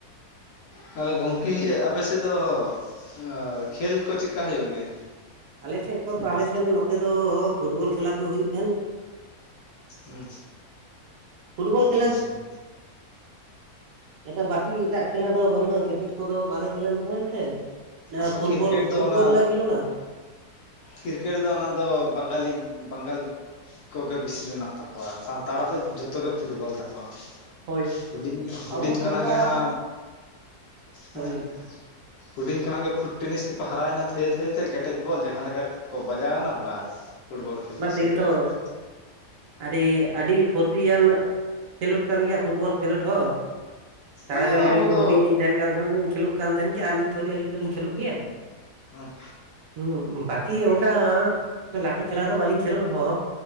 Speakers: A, on the left; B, on the right.
A: ᱛᱟᱦᱞᱮ ᱜᱚᱝᱠᱮ ᱟᱯᱮ ᱥᱮᱫ ᱫᱚ ᱟ ᱠᱷᱮᱹᱞ ᱠᱚ ᱪᱮᱫᱠᱟ ᱦᱩᱭᱩᱜ ᱜᱮᱭᱟ᱾
B: ᱟᱞᱮ ᱴᱷᱮ ᱠᱷᱚᱱᱫᱚ ᱟᱞᱮ ᱥᱮᱱ ᱱᱚᱛᱮ ᱫᱚ ᱯᱷᱩᱴᱵᱚᱞ ᱠᱷᱮᱞᱟ ᱠᱚ ᱦᱩᱭᱩᱜ ᱛᱟᱦᱮᱸᱱ᱾
A: ᱦᱩᱸ
B: ᱯᱷᱩᱴᱵᱚᱞ
A: ᱦᱮᱸ᱾
B: ᱠᱷᱮᱞᱟ ᱮᱴᱟᱜ ᱵᱟᱟᱹᱠᱤ ᱮᱴᱟᱜ ᱠᱷᱮᱞᱟ ᱫᱚ ᱵᱟᱹᱱᱩᱜᱼᱟ ᱠᱨᱤᱠᱮᱴ ᱠᱚᱫᱚ ᱵᱟᱞᱮ ᱠᱷᱮᱞᱟᱱ ᱛᱟᱦᱮᱱ ᱛᱮ? ᱚᱱᱟ
A: ᱟᱫᱚ
B: ᱯᱷᱩᱴᱵᱚᱞ
A: ᱠᱨᱤᱠᱮᱴ ᱫᱚ
B: ᱯᱷᱩᱴᱵᱚᱞ
A: ᱚᱱᱟ
B: ᱱᱟ ᱠᱷᱮᱞᱳᱞᱟ᱾
A: ᱠᱨᱤᱠᱮᱴ ᱫᱚ ᱚᱱᱟ ᱫᱚ ᱵᱟᱝᱜᱟᱞᱤ ᱵᱟᱝᱜᱟᱞ ᱠᱚᱜᱮ ᱵᱮᱥᱤ ᱢᱮᱱᱟᱜ ᱛᱟᱠᱚᱣᱟ ᱥᱟᱱᱛᱟᱲᱟᱜ ᱫᱚ ᱡᱚᱛᱚᱜᱮ ᱯᱷᱩᱴᱵᱚᱞ ᱛᱟᱠᱚᱣᱟ᱾
B: ᱦᱳᱭ
A: ᱦᱩᱰᱤᱧ ᱦᱩᱰᱤᱧ
B: ᱟᱵᱚ ᱥᱟᱱᱛᱟᱲᱟᱜ
A: ᱠᱷᱟᱱᱟᱜ ᱜᱮ ᱦᱟᱱᱟ ᱦᱮᱸ
B: ᱦᱳᱭ
A: ᱦᱩᱰᱤᱧ ᱠᱷᱚᱱᱟᱜ ᱜᱮ ᱯᱷᱩᱴ ᱴᱮᱱᱤᱥ ᱛᱮᱠᱚ ᱦᱟᱨᱟᱭᱮᱱᱟ ᱛᱷᱟᱹᱭᱟᱹ ᱛᱷᱟᱹᱭᱟᱛᱮ ᱠᱮᱴᱮᱡ ᱵᱚᱞ ᱡᱟᱦᱟᱸ ᱞᱮᱠᱟ ᱠᱚ ᱵᱟᱡᱟᱣᱮᱱᱟ ᱵᱟᱥ᱾ ᱯᱷᱩᱴᱵᱚᱞ ᱠᱷᱮᱞ
B: ᱵᱟᱨᱮ
A: ᱠᱚ ᱥᱩᱨᱩᱭᱟ
B: ᱛᱮᱜᱮ ᱛᱚ,
A: ᱚᱸᱰᱮ
B: ᱟᱹᱰᱤ ᱟᱹᱰᱤ ᱯᱷᱩᱨᱛᱤᱭᱟᱱ ᱠᱷᱮᱞᱳᱰ ᱠᱟᱱ ᱜᱮᱭᱟ ᱯᱷᱩᱴᱵᱚᱞ ᱠᱷᱮᱞᱳᱰ ᱦᱚᱸ, ᱥᱟᱨᱟ
A: ᱟᱫᱚ
B: ᱜᱟᱷᱞᱤᱡ
A: ᱟᱵᱚ
B: ᱟᱹᱞᱤᱧ ᱦᱚᱸ
A: ᱫᱚ
B: ᱦᱩᱰᱤᱧ ᱞᱤᱧ ᱛᱟᱦᱮᱱ <unintelligible> ᱠᱷᱮᱞᱹᱳᱜ ᱠᱟᱱ ᱛᱟᱦᱮᱜ ᱜᱮ, ᱟᱨ ᱱᱤᱛ ᱦᱚᱞᱤᱧ ᱟᱞᱤᱧ ᱫᱚᱞᱤᱧ ᱠᱷᱮᱞᱳᱜ ᱜᱮᱭᱟ᱾
A: ᱦᱸ᱾
B: ᱦᱸ ᱵᱟᱠᱤ ᱚᱱᱠᱟ ᱞᱟᱹᱴᱩ ᱠᱷᱮᱞᱟ ᱫᱚ ᱵᱟᱹᱞᱤᱧ ᱠᱷᱮᱞᱞᱳᱜ ᱨᱮᱦᱚᱸ᱾